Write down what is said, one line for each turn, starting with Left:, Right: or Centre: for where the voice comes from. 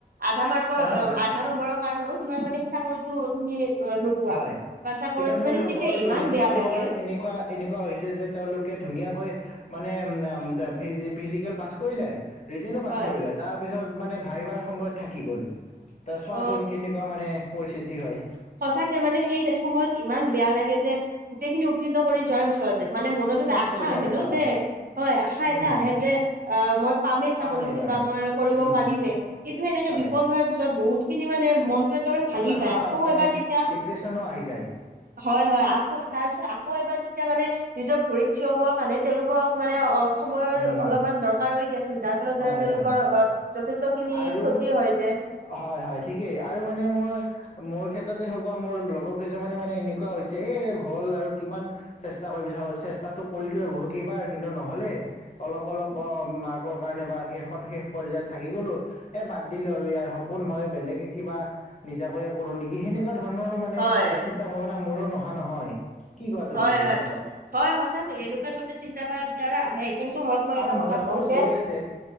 Right: আধা মাৰ্কৰ-
Left: অ
Right: আধা নম্বৰৰ কাৰণেও তোমাৰ মানে কি চাকৰিটো তুমি- অ নোপোৱা
Left: হয়
Right: বা চাকৰিটো
Left: এতিয়া মোৰ
Right: মানে
Left: লগৰ
Right: তেতিয়া ইমান
Left: দুজন
Right: বেয়া
Left: মানৰ
Right: লাগে
Left: এনেকুৱা- এনেকুৱা হৈছে যে তেওঁলোকে ধুনীয়াকৈ- মানে উ ফিজিকেল পাছ কৰিলে। ৰিটেনো
Right: হয়
Left: পাছ কৰিলে তাৰ পিছত মানে ভাইভাৰ সময়ত থাকি গল। ত চোৱাচোন
Right: অ
Left: কেনেকুৱা মানে পৰিস্থিতি হয়।
Right: সঁচাকে মানে সেই সময়ত ইমান বেয়া লাগে যে গোটেইখিনি উত্তিৰ্ণ কৰি যোৱাৰ পিছত। মানে মনত এটা
Left: শেষ
Right: আশা
Left: পৰ্যায়ত
Right: আহে ন
Left: অ
Right: যে হয় আশা এটা
Left: উম
Right: আহে যে। আহ মই পামেই চাকৰিতটো
Left: পাম এইবাৰ
Right: বা মই কৰিব
Left: উম
Right: পাৰিমেই কিন্তু এনেকে
Left: হয়
Right: বিফল হোৱাৰ পিছত বহুত। খিনি মানে মনতটো একেবাৰে
Left: হতাশা
Right: ভাঙি যায়। আকৌ
Left: মানে
Right: এবাৰ তেতিয়া
Left: ডিপ্ৰেচনো আহি যায়।
Right: হয় হয় আকৌ তাৰ পিছত আকৌ এবাৰ যেতিয়া মানে নিজৰ ভৰিত থিয় হোৱা কাৰণে তেওঁলোকক। মানে অ সময়ৰ
Left: উম
Right: অলপমান দৰকাৰ হৈ দিয়াচোন যাৰ ফলত ধৰা
Left: হয়
Right: তেওঁলোকৰ
Left: হয়
Right: অঁ। যথেষ্ট খিনি
Left: আৰু
Right: ক্ষতি হয় যে।
Left: হয় হয় ঠিকেই আৰু মানে মই মোৰ ক্ষেত্ৰতে হওক বা মোৰ লগৰ কেইজনৰমানে মানে এনেকুৱা হৈছে এ হল আৰু কিমান - চেষ্টা কৰি চেষ্টাটো কৰিলোৱে বহুত কেইবাৰ কিন্তু নহলে- অলপ অলপ অ মাৰ্কৰ কাৰণে বা শেষত শেষ পৰ্যায়ত- থাকি গ'লো এ বাদ দিলো আৰু ইয়াৰ সপোন মই বেলেগে কিবা- নিজাকৈ কৰো নেকি সেনেকুৱা ধৰণৰো মানে
Right: হয়
Left: চিন্তা ভাৱনা মোৰো নহা নহয়। কি কোৱা তুমি
Right: হয়
Left: এই
Right: হয়
Left: ক্ষেত্ৰত
Right: হয় সঁচাকে এনেকুৱা ধৰণৰ চিন্তা ধাৰা বিলাক আহে, কিন্তু মই- মানে মই
Left: কাৰণ
Right: এটা কথা
Left: বয়সটোতো
Right: কওঁ যে,
Left: গৈ আছে